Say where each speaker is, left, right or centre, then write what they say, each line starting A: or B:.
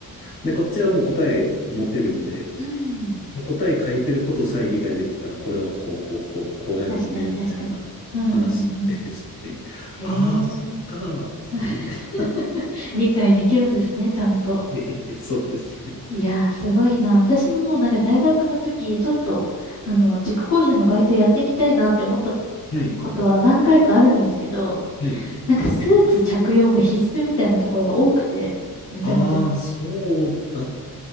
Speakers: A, on the left; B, on the left.
A: で、こっちはもう答え持ってるんで、
B: うん。
A: で答え書いてることさえ理解できたら、これはこう、こう、こう、こうやるんで、
B: 確かに確かに。
A: みたいな話ですね。
B: うんうんうん。
A: <laughs>
B: へ
A: ああ、そっか、
B: え。
A: つって。
B: <laughs>
A: <laughs>
B: 理解できるんですね、ちゃんと。
A: ええそうですね。
B: いやー、すごいな。私もなんか大学の時、ちょっと、あの、塾講師のバイトやってみたいなって思った
A: はい、
B: ことは何回かあるんですけど、
A: はい。
B: なんかスーツ着用が必須みたいなところが多くて、めちゃめちゃ。
A: ああ、そうだっ